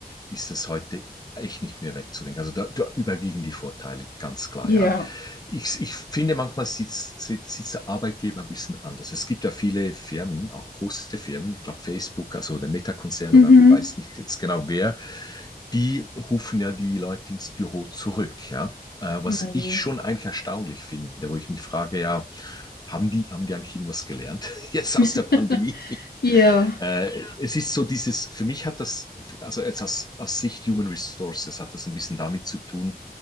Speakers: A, on the left (about 25°); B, on the left (about 75°).
A: ist das heute echt nicht mehr wegzudenken. Also da, da überwiegen die Vorteile, ganz klar,
B: Ja.
A: ja. Ich, ich finde, manchmal sieht, sieht, sieht der Arbeitgeber ein bisschen anders. Es gibt ja viele Firmen, auch große Firmen, ich glaube Facebook, also der Meta-Konzern
B: Mhm.
A: oder weiß nicht jetzt genau wer, die rufen ja die Leute ins Büro zurück, ja. Äh, was
B: Na je.
A: ich schon eigentlich erstaunlich finde, wo ich mich frage, ja, haben die, haben die eigentlich irgendwas gelernt <laughs> jetzt
B: <laughs>
A: aus der Pandemie? <laughs>
B: Ja.
A: Äh, ja. Es ist so dieses, für mich hat das, also jetzt aus, aus Sicht Human Resources hat das ein bisschen damit zu tun,